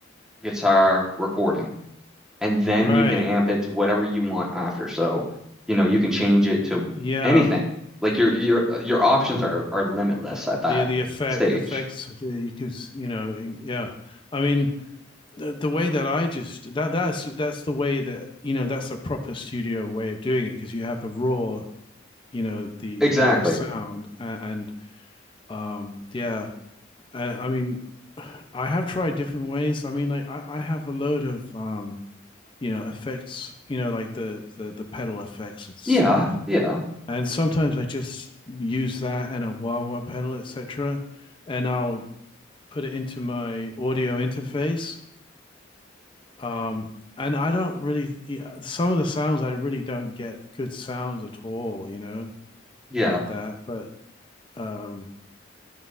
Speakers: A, in the centre; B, on the left (about 25°).
A: guitar recording. and then
B: Right.
A: you can amp it to whatever you want after. So, you know, you can change it
B: Yeah.
A: to anything. Like your your your options are are limitless at that
B: The the effect
A: stage.
B: effects that you could, s- you know, in- yeah. I mean, the, the way that I just that that's that's the way that, you know, that's a proper studio way of doing it because you have the raw, you know, the
A: Exactly.
B: the raw sound a- and um yeah uh, I mean, I have tried different ways. I mean, like I, I have a load of um, you know, effects, you know, like the the the pedal effects and stuff.
A: Yeah, yeah,
B: And sometimes I just use that and a wah wah pedal, etc. And I'll put it into my audio interface. Um, and I don't really yeah, some of the sounds I really don't get good sounds at all, you know,
A: yeah,
B: like that. But um,